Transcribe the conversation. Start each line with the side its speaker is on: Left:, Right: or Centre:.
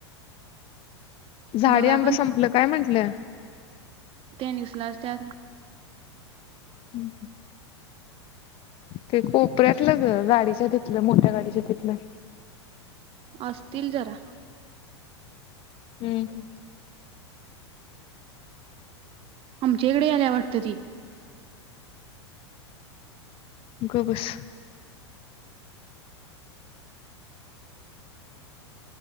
Left: झाडे
Right: बघाय
Left: आंबे संपलं काय म्हंटलीया
Right: ते निसला टाईम ये.
Left: हम्, ते कोपऱ्यातलं ग गाडीच्या तिथलं, मोठ्या गाडीच्या तिथलं.
Right: असतील जरा
Left: हम्म -हम्,
Right: आमच्या इकडे यायला वाटतं ते
Left: ग बस.